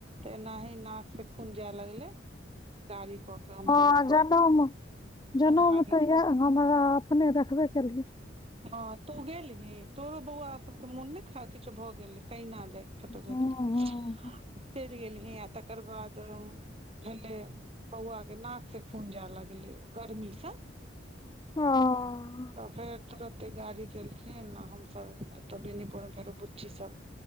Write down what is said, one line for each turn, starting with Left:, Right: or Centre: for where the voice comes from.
Right: तऽ एनाही नाक से खून जाय लगलै गाड़ी कऽ हमसभ
Left: हँ जनउमे जनउमे
Right: भागलियै
Left: तऽ इएह हमरा अपने देखखबे केलही
Right: हँ तु गेलही तोरो बौआ सबके मोन नइ ख किछो भऽ गेल केना <unintelligible> चइल
Left: हूँ हूँ हूँ
Right: गेलीये तकर बाद भेले बौआके नाक सँ खून जाय लगलै गर्मीसँ
Left: हँ
Right: तऽ फेर तुरते गाड़ी केलखिन आ हमसभ एतअ बेनीपुर मे फेरो बुच्ची सब